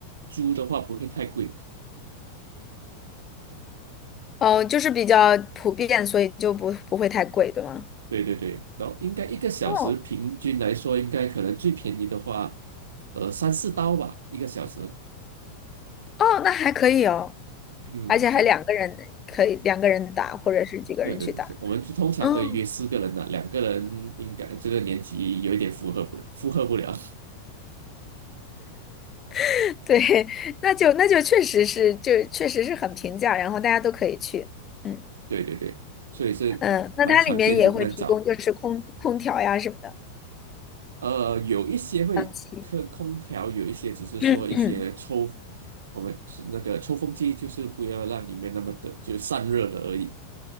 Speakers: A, on the right; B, on the left.
A: 租的话不会太贵，
B: 哦，就是比较普遍，所以就不不会太贵，对吗？
A: 对对对，然后应该一个小时平均来说，
B: 哦
A: 应该可能最便宜的话，呃，三四刀吧，一个小时，
B: 哦，那还可以哦，
A: 嗯，
B: 而且还两个人可以两个人打，
A: 就
B: 或者是几个人去打。
A: 对对，我们就通常会约四个人的，
B: 嗯，
A: 两个人应该这个年纪有一点负荷不了，负荷不了。
B: <laughs> 对，<laughs> 那就那就确实是，就确实是很平价，然后大家都可以去。嗯
A: 对对对，所以是蛮常见，
B: 嗯，那它里面也会提供就是空空调呀什么的，
A: 也不能找。呃，有一些会空空调，
B: 嗯，气。
A: 有一些只是说一些抽，
B: <coughs> <clears throat>
A: 我们是那个抽风机，就是不要让里面那么的就散热的而已。